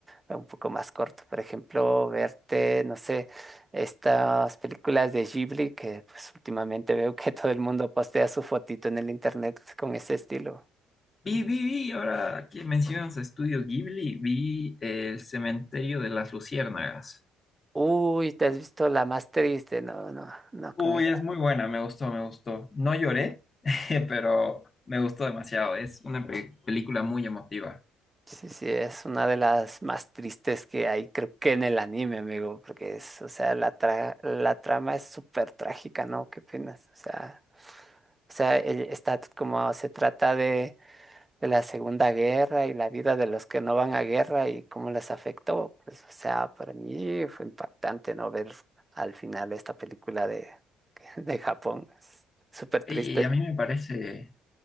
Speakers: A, on the right; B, on the left.
A: un poco más corto. Por ejemplo, verte, no sé, estas películas de Ghibli que pues últimamente veo que <laughs> todo el mundo postea su fotito en el internet con ese estilo.
B: Vi, vi, vi, ahora que mencionas Estudio Ghibli, vi eh, El Cementerio de las Luciérnagas.
A: Uy, te has visto la más triste, no, no, no
B: Uy,
A: con esta.
B: es muy buena, me gustó, me gustó. No lloré, <laughs> pero me gustó demasiado. Es una pe- película muy emotiva.
A: Sí, sí, es una de las más tristes que hay, creo que en el anime, amigo, porque es, o sea, la tra- la trama es súper trágica, ¿no? ¿Qué opinas? O sea, o sea, el- está como se trata de de la Segunda Guerra y la vida de los que no van a guerra y cómo les afectó. Pues, o sea, para mí fue impactante no ver al final esta película de, <laughs> de Japón. Es súper triste.
B: Y, y a mí me parece,